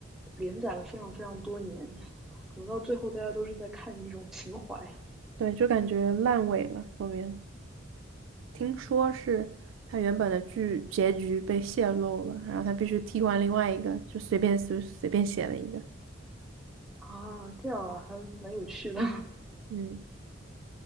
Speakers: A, in the centre; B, on the right.
A: 连载了非常非常多年，可能到最后大家都是在看一种情怀
B: 对，就感觉烂尾了后面。听说是他原本的剧结局被泄露了，然后他必须替换另外一个，就随便随随便写了一个。
A: 啊，这样啊，还蛮有趣的。
B: 嗯